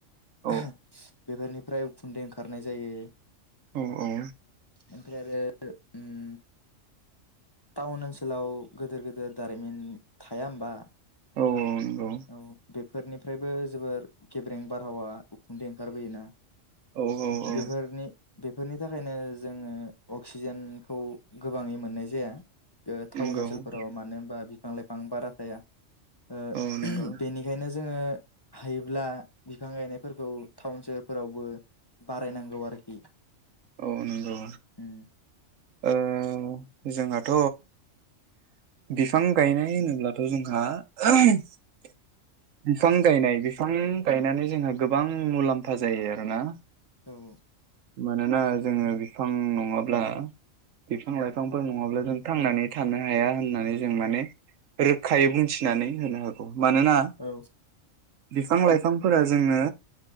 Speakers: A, on the right (about 75°); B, on the left (about 25°).
A: औ
B: बेफोरनि फ्राय उखुन्दै ओंखारनाय जायो।
A: औ-औ
B: ओमफ्राय आरो ओम टाउन ओनसोलाव गिदेर गोदेर दारिमिन थाया होमबा?
A: औ औ नंगौ।
B: औ बेफोरनिफ्रायबो जोबोर गे ब्रें बारहावा उखुन्दै ओंखारबोयोना
A: औ औ औ
B: बेफोरनि बेफोरनि थाखायनो जोङो अक्सिजेनखौ गोबाङै मोननाय जाया। ओ टाउन
A: नंगौ
B: ओनसोलफोराव मानो होनबा बिफां लाइफां बारा थाया। ओ
A: औ नंगौ
B: बेनिखायनो जोङो हायोब्ला बिफां गायनायफोरखौ टाउन सोहोरफोरावबो बारायनांगौ आरोखि।
A: औ नंगौ।
B: उम
A: ओ जोंहाथ' बिफां गायनाय होनोब्लाथ' जोंहा <unintelligible> बिफां गायनाय बिफां गायनानै जोंहा गोबां मुलाम्फा जायो आरोना।
B: औ औ।
A: मानोना जोङो बिफां नङाब्ला बिफां लाइफांफोर नङाब्ला जों थांनानै थानो हाया होननानै जों माने रोखायै बुंथिनानै होनो हागौ मानोना
B: औ
A: बिफां लाइफांफोरा जोंनो